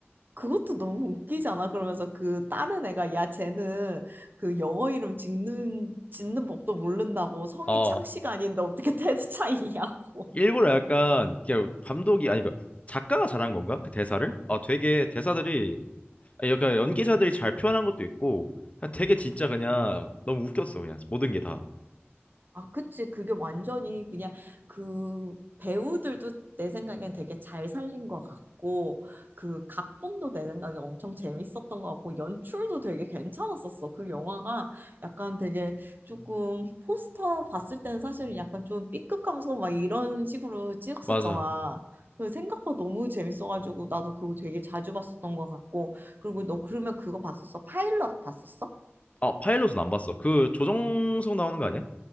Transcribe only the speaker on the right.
그것도 너무 웃기지 않아? 그러면서 그 다른 애가 야 쟤는 그 영어 이름 짓는 짓는 법도 모른다고 성이
창씨가 아닌데 어떻게 <laughs> 테드 차이냐고
아, 그치. 그게 완전히 그냥 그 배우들도 내 생각엔 되게 잘 살린 것 같고, 그 각본도 내 생각에 엄청 재밌었던 것 같고, 연출도 되게 괜찮았었어. 그 영화가 약간 되게 조금 포스터 봤을 때는 사실 약간 좀 B급 감성 막 이런 식으로 찍었었잖아.
그 생각보다 너무 재밌어가지고 나도 그거 되게 자주 봤었던 것 같고 그리고 너 그러면 그거 봤었어? 파일럿 봤었어?